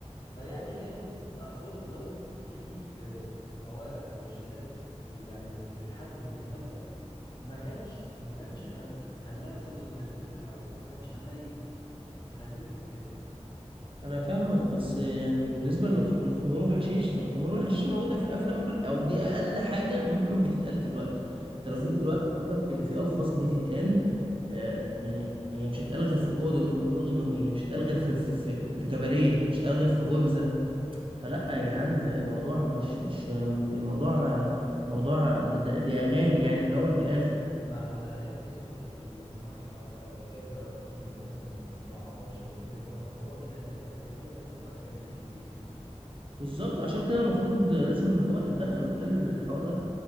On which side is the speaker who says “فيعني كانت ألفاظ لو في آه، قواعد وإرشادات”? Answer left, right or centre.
Left